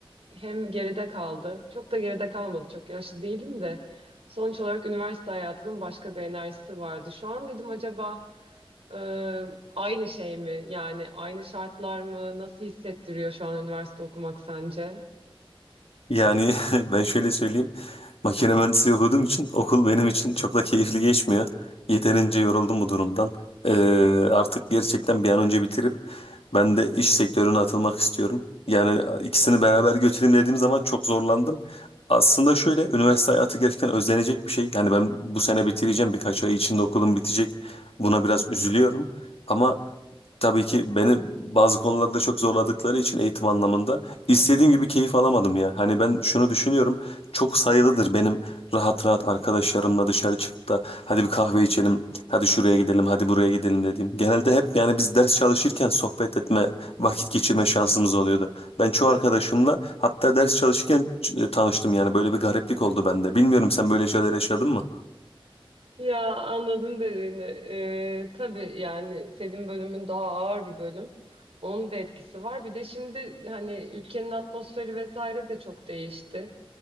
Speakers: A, on the right; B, on the left.
A: hem geride kaldı çok da geride kalmadı çok yaşlı değilim de sonuç olarak üniversite hayatının başka bir enerjisi vardı şu an dedim acaba e, aynı şey mi yani aynı şartlar mı nasıl hissettiriyor şu an üniversite okumak sence?
B: Yani <laughs> ben şöyle söyleyeyim. Makine mühendisliği okuduğum için okul benim için çok da keyifli geçmiyor. Yeterince yoruldum bu durumdan. Ee, artık gerçekten bir an önce bitirip ben de iş sektörüne atılmak istiyorum. Yani ikisini beraber götüreyim dediğim zaman çok zorlandım. Aslında şöyle üniversite hayatı gerçekten özlenecek bir şey. Yani ben bu sene bitireceğim birkaç ay içinde okulum bitecek. Buna biraz üzülüyorum. Ama tabii ki beni bazı konularda çok zorladıkları için eğitim anlamında İstediğim gibi keyif alamadım ya. Hani ben şunu düşünüyorum. Çok sayılıdır benim rahat rahat arkadaşlarımla dışarı çıkıp da hadi bir kahve içelim, hadi şuraya gidelim, hadi buraya gidelim dediğim. Genelde hep yani biz ders çalışırken sohbet etme, vakit geçirme şansımız oluyordu. Ben çoğu arkadaşımla hatta ders çalışırken ç- e, tanıştım yani böyle bir gariplik oldu bende. Bilmiyorum sen böyle şeyler yaşadın mı?
A: Ya anladım dediğini. Ee, tabii yani senin bölümün daha ağır bir bölüm. Onun da etkisi var. Bir de şimdi hani ülkenin atmosferi vesaire de çok değişti.